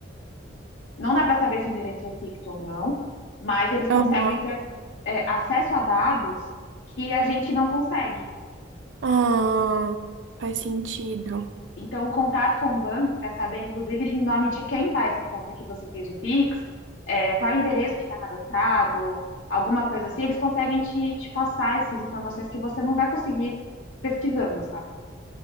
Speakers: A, on the left (about 80°); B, on the right (about 85°).
A: Não dá para saber se o endereço é ficto ou não, mas eles conseguem
B: aham.
A: ter, é, acesso a dados que a gente não consegue.
B: Ah, faz sentido.
A: Então, o contato com o banco para saber, inclusive, em nome de quem está essa conta que você fez o Pix, é, qual é o endereço que está cadastrado, alguma coisa assim, eles conseguem te, te passar essas informações que você não vai conseguir pesquisando, sabe?